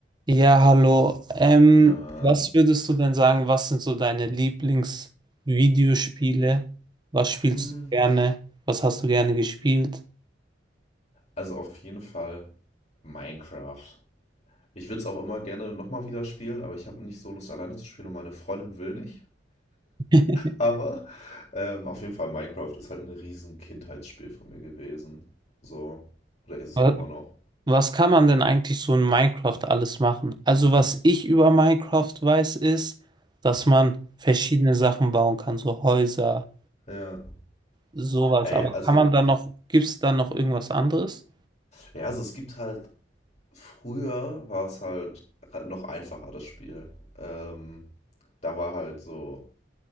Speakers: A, on the right; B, on the left.
A: Ja, hallo. Ähm,
B: Na,
A: was würdest du denn sagen, was sind so deine Lieblingsvideospiele? Was spielst
B: Mm,
A: du gerne? Was hast du gerne gespielt?
B: also auf jeden Fall Minecraft. Ich würde es auch immer gerne nochmal wieder spielen, aber ich habe nicht so Lust, alleine zu spielen und meine Freundin will nicht.
A: <laughs>
B: Aber ähm, auf jeden Fall Minecraft ist halt ein riesen Kindheitsspiel von mir gewesen. So, oder ist es
A: Was,
B: auch immer noch.
A: was kann man denn eigentlich so in Minecraft alles machen? Also was ich über Minecraft weiß, ist, dass man verschiedene Sachen bauen kann, so Häuser,
B: Ja.
A: sowas.
B: Ey,
A: Aber
B: also,
A: kann man da noch, gibt es da noch irgendwas anderes?
B: ja, also es gibt halt, früher war es halt noch einfacher, das Spiel. Ähm, da war halt so